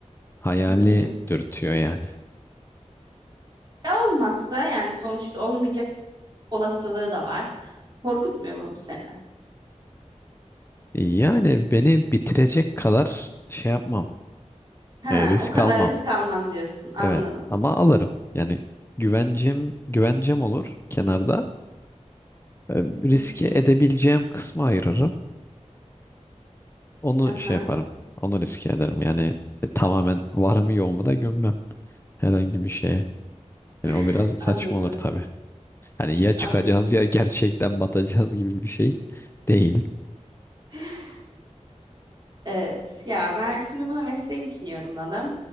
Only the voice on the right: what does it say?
Hı hı.
Ya olmazsa yani sonuçta olmayacak olasılığı da var. Korkutmuyor mu bu seni?
Ha,
o kadar
risk almam diyorsun. Anladım.
Hı hı.
Aha.
<laughs>
Anladım,
anladım.
Anladım.
<laughs> Evet ya ben şimdi bunu mesleğim için yorumladım.